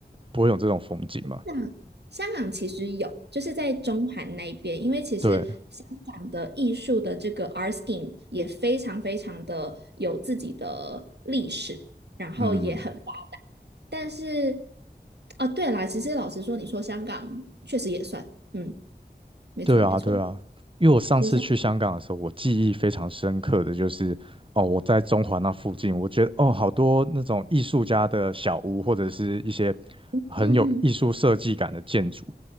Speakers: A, on the right; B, on the right.
A: 不会有这种风景吗？
B: 那香港其实有，就是在中环那边，因为其实香港的艺术的这个
A: 对，
B: art scene 也非常非常的有自己的历史。然后也很
A: 嗯，
B: 但是，哦，对啦，其实老实说，你说香港确实也算，嗯，没错没错，
A: 对啊对啊，因为我上次去香港的时候，
B: 其实像，
A: 我记忆非常深刻的就是哦，我在中环那附近，我觉得哦，好多那种艺术家的小屋或者是一些
B: 嗯嗯，
A: 很有艺术设计感的建筑，